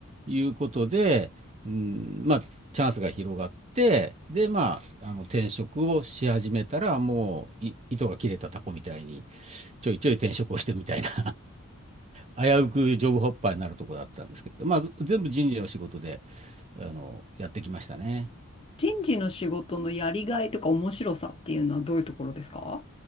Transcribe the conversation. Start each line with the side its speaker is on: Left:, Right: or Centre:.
Right: いうことで、うん、まあ、チャンスが広がって、で、まあ、あの、転職をし始めたら、もう、い糸が切れたタコみたいに、ちょいちょい転職をしてみたいな <laughs> 危うくジョブホッパーになるとこだったんですけど、まあ、全部人事の仕事で、あの、やってきましたね。
Left: 人事の仕事のやりがいとか面白さっていうのはどういうところですか